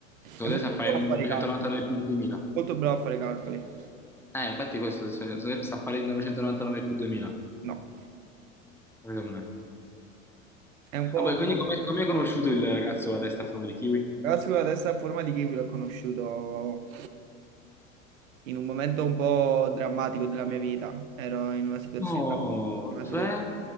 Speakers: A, in the centre; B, on the right.
A: Sono
B: È molto
A: adesso a fare
B: bravo
A: il 1999
B: a fare i calcoli.
A: più il 2000.
B: Molto bravo a fare i calcoli.
A: Eh, infatti questo se- se sta a fare il 999 più 2000,
B: No.
A: secondo me.
B: È un po'...
A: Ah, poi, quindi come come hai conosciuto il ragazzo con la testa a forma di kiwi?
B: Però sicuramente adesso è a forma di kiwi l'ho conosciuto in un momento un po' drammatico della mia vita. Ero in una situazione,
A: No,
B: una
A: cioè...
B: situa-